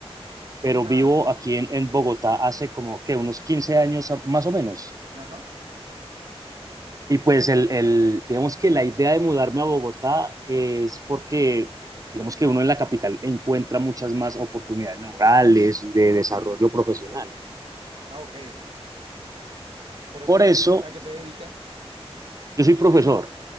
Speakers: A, on the right; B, on the right.
A: pero
B: Ah,
A: vivo aquí en, en Bogotá hace como que unos 15 años a- más o menos.
B: ajá,
A: Y pues el, el, digamos que la idea de mudarme a Bogotá es porque, digamos que uno en la capital encuentra muchas más oportunidades laborales y de desarrollo
B: sí.
A: profesional.
B: Ah, ok. Pero
A: Por
B: tú a
A: eso,
B: qué, a qué te dedicas?
A: yo soy profesor